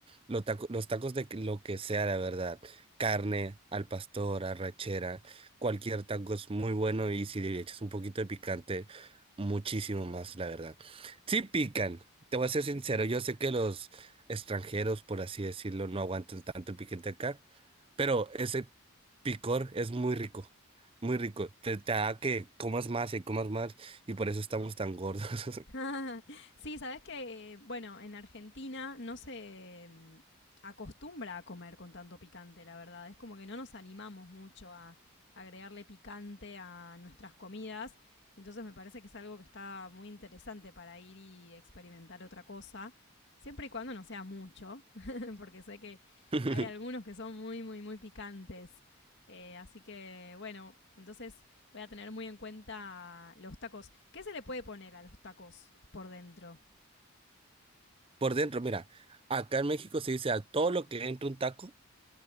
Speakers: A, on the right; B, on the left.
A: Los tacos, los tacos de lo que sea, la verdad. Carne, al pastor, arrachera, cualquier taco es muy bueno y si le echas un poquito de picante, muchísimo más, la verdad. Sí pican, te voy a ser sincero, yo sé que los extranjeros, por así decirlo, no aguantan tanto el picante acá, pero ese picor es muy rico, muy rico. Te, te da que comas más y comas más y por eso estamos tan gordos.
B: <laughs> sí, sabes que, bueno, en Argentina no se mm, acostumbra a comer con tanto picante, la verdad. Es como que no nos animamos mucho a agregarle picante a nuestras comidas. Entonces me parece que es algo que está muy interesante para ir y experimentar otra cosa. Siempre y cuando no sea mucho, <laughs> porque sé que
A: <laughs>
B: hay algunos que son muy, muy, muy picantes. Eh, así que, bueno, entonces Voy a tener muy en cuenta los tacos. ¿Qué se le puede poner a los tacos por dentro?
A: Por dentro, mira, acá en México se dice a todo lo que entra un taco